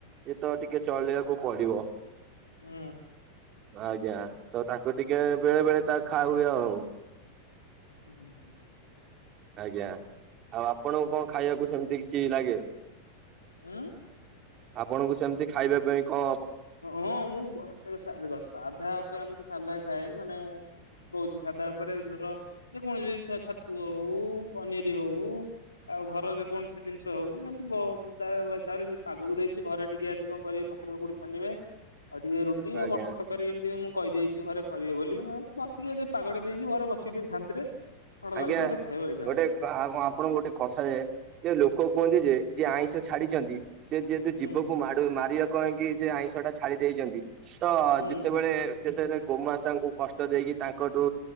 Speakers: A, on the right; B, on the left.
A: ଏ ତ ଟିକେ ଚଲେଇବାକୁ ପଡ଼ିବ।
B: ହୁଁ।
A: ଆଜ୍ଞା ତ ତାକୁ ଟିକେ ବେଳେ ବେଳେ ତା ଖାଉ ହୁଏ ଆଉ।
B: ହୁଁ ହୁଁ।
A: ଆଜ୍ଞା ଆଉ ଆପଣଙ୍କୁ କଁ ଖାଇବାକୁ ସେମିତି କିଛି ଲାଗେ?
B: ଆଁ
A: ଆପଣଙ୍କୁ ସେମିତି ଖାଇବା ପାଇଁ କଁ
B: ହଁ ମୁଁ <unintelligible> ସା ଦେଖ ସାଧା ଉପରେ ଆମକୁ ସାଧା ଖାଏ ମାନେ କହୁଛି ସାଧା ଉପରେ ଧର ଯେ କୌଣସି ଜିନିଷ ଛତୁ ହଉ-ଉ-ଉ-ଉ ପନିର ହଉ-ଉ-ଉ-ଉ। ଆଉ ଘର ଯେକୌଣସି ଜିନିଷ ହଉ ଏମତି ବ ତାର ବ ତାର ଯୋଉ ପାଗକୁ ଦେଇଛି ଘରେ ଟିକେ ଆଜି କଣ କରିବେ ପକୁଡ଼ି ଫକୁଡ଼ି ଛାନିବେ ଆଉ ଟିକେ ରୁଟି ଆଉ
A: ଆଜ୍ଞା
B: ମଟର ତର କାରି ଏମିତି ମୁଁ କହିଦେଇଛି ଘରେ କରିବେ ବୋଲି ମୁଁ <unintelligible> ଟିକେ ପାଗଟା ଦେଇଛି ଘରେ ବସିବି ଟିକେ ଶାନ୍ତିରେ। ଥଣ୍ଡା
A: ଆଜ୍ଞା
B: ଲାଗୁଥିବ ଗୋଟେ ଖାଇବ ଏଇ ଜାଗାରେ
A: ଗୋଟେ ତ ଆ ଆପଣଙ୍କୁ ଗୋଟେ କଥା ଯେ ଯେ ଲୋକ କୁହନ୍ତି ଯେ ଯିଏ ଆଇଁଷ ଛାଡିଛନ୍ତି ସେ ଯେହେତୁ ଜୀବକୁ
B: ହୁଁ
A: ମାଡ ମାରିବାକୁ ପାଇ କି ଯେ ଆଇଁଷଟା ଛାଡି ଦେଇଛନ୍ତି ତ-ଅ-ଅ-ଅ
B: ହୁଁ
A: ଯେତେବେଳେ ଯେତେବେଳେ ଗୋମାତାଙ୍କୁ କଷ୍ଟ ଦେଇକି ତାଙ୍କଠୁ